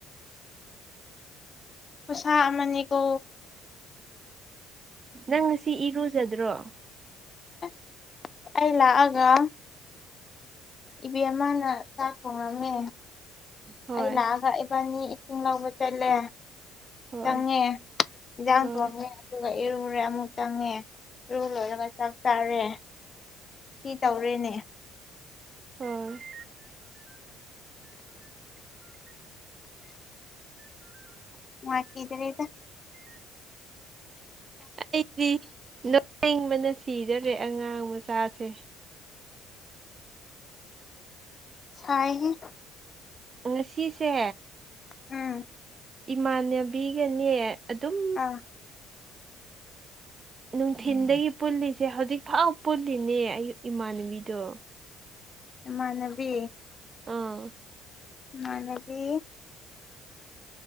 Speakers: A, on the left; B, on the right.
A: ꯈꯨꯁꯥꯥ ꯑꯃꯅꯤ ꯀꯣ
B: ꯅꯪ ꯉꯁꯤ ꯏꯔꯨꯖꯗ꯭ꯔꯣ
A: ꯑꯁ ꯑꯩ ꯂꯛꯑꯒ ꯏꯕꯦꯝꯃꯅ ꯆꯥꯛ ꯊꯣꯡꯉꯝꯃꯦ
B: ꯍꯣꯏ
A: ꯑꯩ ꯂꯥꯛꯑꯒ ꯏꯕꯥꯅꯤ ꯏꯁꯤꯡ ꯂꯧꯕ ꯆꯠꯂꯦ
B: ꯍꯣꯏ
A: ꯆꯪꯉꯦ ꯏꯟꯁꯥꯡ
B: ꯍꯣꯏ
A: ꯊꯣꯡꯉꯦ ꯑꯗꯨ ꯑꯗꯨꯒ ꯏꯔꯨꯔꯦ ꯑꯃꯨꯛ ꯆꯪꯉꯦ ꯏꯔꯨ ꯂꯣꯏꯔꯒ ꯆꯥꯛ ꯆꯥꯔꯦ ꯁꯤ ꯇꯧꯔꯦꯅꯦ
B: ꯎꯝ <unintelligible>
A: ꯅꯨꯡꯉꯥꯏꯈꯤꯗ꯭ꯔꯦꯗ
B: ꯑꯩꯗꯤ ꯅꯣꯛꯅꯤꯡꯕꯅ ꯁꯤꯗꯔꯦ ꯑꯉꯥꯡ ꯃꯆꯥꯁꯦ
A: ꯁꯥꯏꯍꯦ
B: ꯎ ꯉꯁꯤꯁꯦ
A: ꯎꯝ
B: ꯏꯃꯥꯟꯅꯕꯤꯒꯅꯦ ꯑꯗꯨꯝ
A: ꯑꯥ
B: ꯅꯨꯡꯊꯤꯟꯗꯒꯤ ꯄꯨꯜꯂꯤꯁꯦ ꯍꯧꯖꯤꯛꯐꯥꯎ ꯄꯨꯜꯂꯤꯅꯦ ꯑꯌꯨꯛ ꯏꯃꯥꯟꯅꯕꯤꯗꯣ
A: ꯅꯃꯥꯟꯅꯕꯤ
B: ꯑꯥ
A: ꯅꯃꯥꯟꯅꯕꯤ